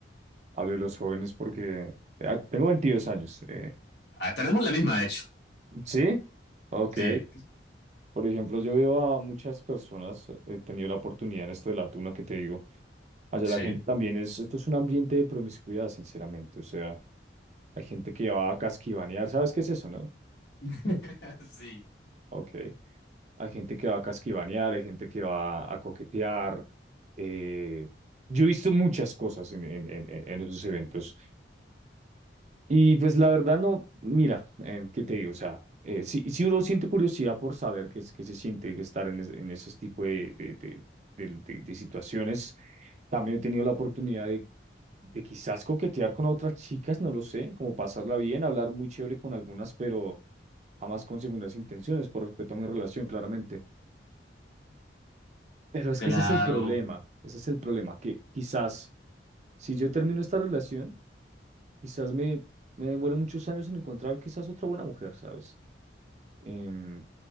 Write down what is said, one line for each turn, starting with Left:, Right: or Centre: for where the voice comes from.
Right: Hablo de los jóvenes porque ah, tengo 22 años. eh,
Left: Ah, tenemos la misma, de hecho.
Right: ¿sí? Ok.
Left: Sí,
Right: Por ejemplo, yo veo a muchas personas, he tenido la oportunidad en esto de la tuna que te digo. Allá
Left: sí.
Right: la gente también es, esto es un ambiente de promiscuidad, sinceramente. O sea, hay gente que va a casquivanear, ¿sabes qué es eso, no?
Left: <laughs> Sí.
Right: Ok. Hay gente que va a casquivanear, hay gente que va a coquetear. eh, yo he visto muchas cosas en, en, en, en esos eventos. Y pues la verdad no, mira, em, ¿qué te digo? O sea, eh, si, si uno siente curiosidad por saber qué, es- qué se siente estar en, es- en ese tipo de, de, de, de- de- de situaciones, también he tenido la oportunidad de, de quizás coquetear con otras chicas, no lo sé, como pasarla bien, hablar muy chévere con algunas, pero jamás con segundas intenciones, por respeto a mi relación, claramente. Pero es
Left: Claro,
Right: que ese es el problema, ese es el problema, que quizás si yo termino esta relación, quizás me, me demore muchos años en encontrar quizás otra buena mujer, ¿sabes? Em,